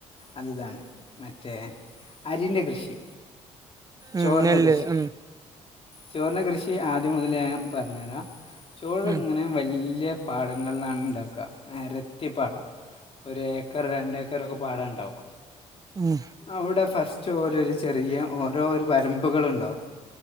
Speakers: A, on the left (about 40°); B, on the right (about 25°).
A: അതിതാണ് മറ്റേ അരിൻ്റെ കൃഷി ചോറിൻ്റെ
B: ഉം നെല്ല്
A: കൃഷി
B: ഉം
A: ചോറിന്റെ കൃഷി ആദ്യം മുതൽ ഞാൻ പറഞ്ഞരാ ചോറ്
B: ഉം
A: അങ്ങനെ വലിയ പാടങ്ങളിലാണ് ഉണ്ടാക്കുക നെരത്തി പാടം ഒരു ഏക്കർ രണ്ട് ഏക്കറൊക്കെ പാടണ്ടാവും
B: ഉം
A: അവിടെ ഫസ്റ്റ് ഓലൊരു ചെറിയ ഓരോ ഒരു വരമ്പുകളുണ്ടാവും